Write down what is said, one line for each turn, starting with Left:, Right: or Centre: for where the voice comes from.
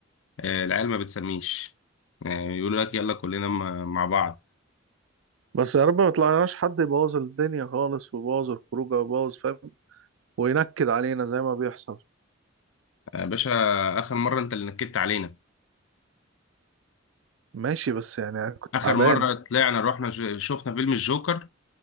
Left: آه، العيال ما بتسميش يعني يقول لك يلا كلنا م- مع بعض
Right: بس يا رب ما يطلعناش حد يبوظ الدنيا خالص ويبوظ الخروجه ويبوظ فاهم وينكد علينا زي ما بيحصل
Left: يا باشا اخر مره انت اللي نكدت علينا
Right: ماشي بس يعني انا كنت
Left: اخر
Right: تعبان
Left: مره طلعنا رحنا ش- شفنا فيلم الجوكر